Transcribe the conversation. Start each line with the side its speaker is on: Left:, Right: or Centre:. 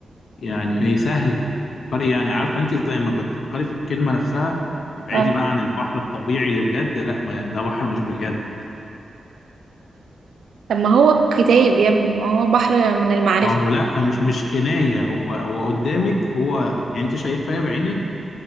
Left: يعني هي سهلة فكري يعني عارفة أنت زي ما بتفكري في الكلمة نفسها ابعدي
Right: اه
Left: بقى عن البحر الطبيعي اللي بجد لا ما ده بحر مش بجد
Right: طب ما هو الكتاب يا ابني ما هو بحر من المعرفة
Left: ما هو لا مش مش كناية هو هو قدامك هو يعني أنت شايفاه بعينك